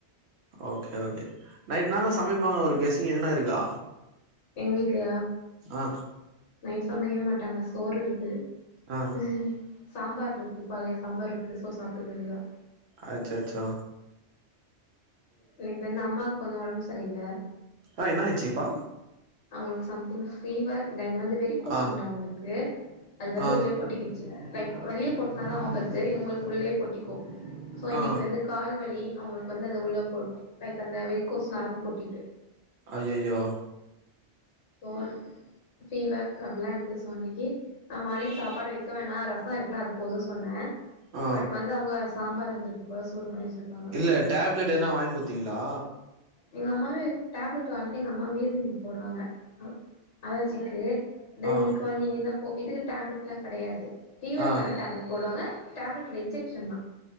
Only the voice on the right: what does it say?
ஓகே ஓகே நைட்ன தான் சமைப்பாங்க ஒரு கெசிங் எதுனா இருக்கா
ஆ
ஆ
அச்சாசோ
ஆ என்ன ஆச்சுப்பா
ஆ
ஆ
ஆ
ஐ ஐயயோ
ஆ
இல்ல டேப்லெட் எதுனா வாங்கி கொடுத்தீங்களா
ஆ
ஆ